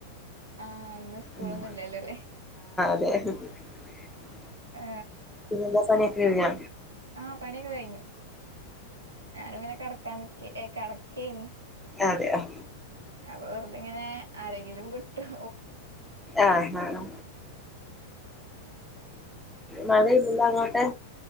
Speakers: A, on the right; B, in the centre.
A: ആ അന്ന് സ്കൂളൊന്നുഇല്ലല്ലോല്ലേ
B: ഉം <unintelligible>
A: ആ
B: പിന്നെന്താ പണിയക്ക കഴിഞ്ഞ.
A: ആ പണിയൊക്കെ കഴിഞ്ഞു. ഞാനിങ്ങനെ കടക്കാനി കട ക്കെന്.
B: അതെ അ.
A: അപ്പൊ വെറുതെങ്ങനെ ആരെങ്കിലും കിട്ടും
B: ആ ആ മഴയില്ല അങ്ങോട്ടെ